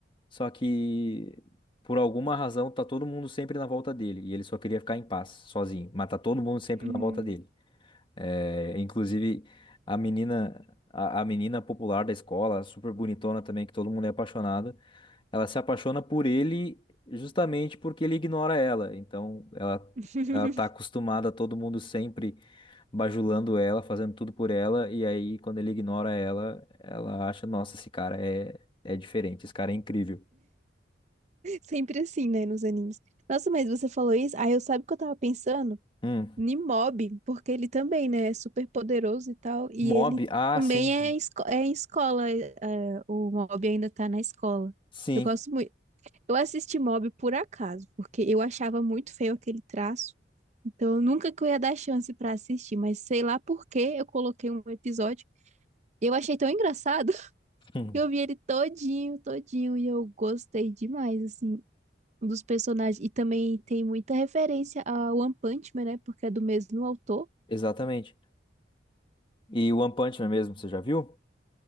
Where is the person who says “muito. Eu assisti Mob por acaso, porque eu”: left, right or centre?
Right